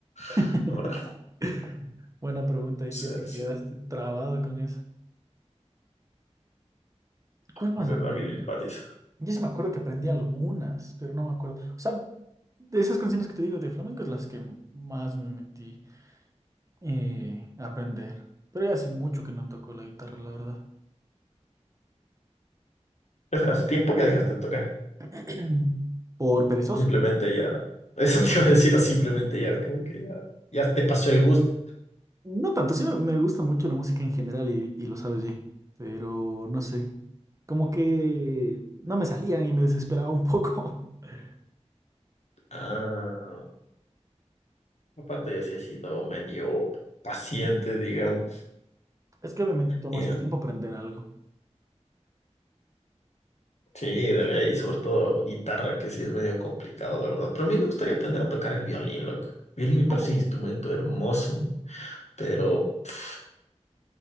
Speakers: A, on the left; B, on the right.
A: <laughs>
B: <laughs>
A: Ahora,
B: Buena pregunta, y
A: ausencia
B: si te quedaste trabado con eso. ¿Cuál más
A: de
B: aprendí?
A: David Valdés.
B: Yo sí me acuerdo que aprendí algunas, pero no me acuerdo. O sea, de esas canciones que te digo de flamenco es las que más me metí eh, a aprender. Pero ya hace mucho que no toco la guitarra, la verdad.
A: ¿Qué será? ¿Hace tiempo que dejaste de tocar?
B: <clears throat> Por perezoso.
A: Simplemente ya, <laughs> eso te iba a decir, o simplemente ya, es como que ya, ya te pasó el gusto.
B: No tanto, sí me me gusta mucho la música en general y, y lo sabes bien, pero no sé. Como que no me salían y me desesperaba un poco. <laughs>
A: Ah, aparte ya sí he sido medio paciente, digamos.
B: Es que obviamente toma
A: Eh,
B: su tiempo aprender algo.
A: sí, de ley, sobre todo guitarra, que sí es medio complicado, la verdad. Pero a mí me gustaría aprender a tocar el violín, loco. Violín me parece
B: Uh,
A: un instrumento hermoso, ¿no? pero pf,